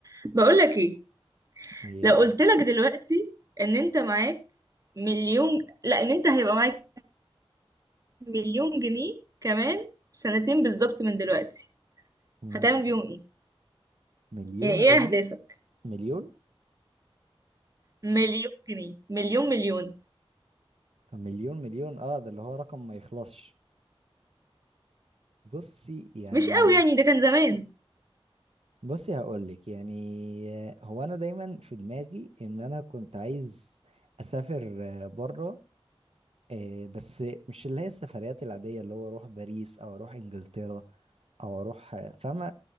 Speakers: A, on the right (about 35°); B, on the right (about 85°).
A: بقول لك ايه
B: إيه،
A: لو قلت لك دلوقتي ان انت معاك مليون لا ان انت هيبقى معاك مليون جنيه كمان سنتين بالظبط من دلوقتي
B: مم،
A: هتعمل بيهم ايه
B: مليون
A: يعني ايه
B: جنيه
A: اهدافك
B: مليون
A: مليون جنيه مليون مليون
B: مليون مليون اه ده اللي هو رقم ما يخلصش بصي يعني
A: مش قوي يعني ده كان زمان
B: بصي هقول لك يعني هو انا دايما في دماغي ان انا كنت عايز اسافر بره آه، بس مش اللي هي السفريات العاديه اللي هو اروح باريس او اروح انجلترا او اروح آه، فاهمه